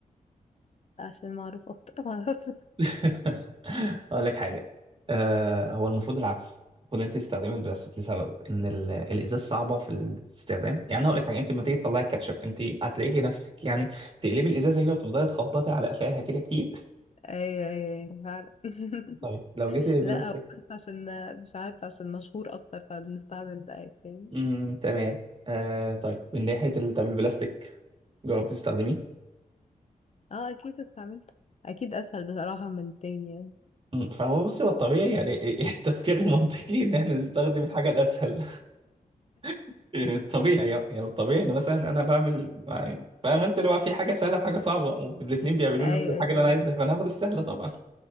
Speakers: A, on the left; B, on the right.
A: عشان معروف اكتر <laughs> معرفش
B: <laughs> اقول لك حاجه آه هو المفروض العكس المفروض انت تستخدمي البلاستيك لسبب ان ال- الازاز صعبه في الاستخدام يعني هقول لك حاجه انت لما تيجي تطلعي الكاتشب انت هتلاقيكي نفسك يعني تقلبي الازازه كده وتفضلي تخبطي على قفاها كده كتير
A: ايوه ايوه أيوة، فعلا <laughs>
B: طيب لو جيتي للبلاستيك
A: لا هو بس عشان مش عارفة عشان مشهور اكتر فبنستعمل ده أيوة، فاهم
B: امم تمام آه طيب من ناحيه ال- طب البلاستيك جربتي تستخدميه
A: اه اكيد استعملت اكيد اسهل بصراحة من التاني يعني
B: مم. فهو بص هو الطبيعي يعني <laughs> التفكير المنطقي ان احنا نستخدم الحاجه الاسهل <laughs> يعني الطبيعي يعني الطبيعي ان مثلا انا بعمل يعني فاهم انت اللي هو في حاجه سهله وحاجه صعبه والاثنين بيعملوا
A: ايوه
B: لي نفس الحاجه
A: ايوه
B: اللي
A: فاهم
B: انا عايزها فانا هاخد السهله طبعا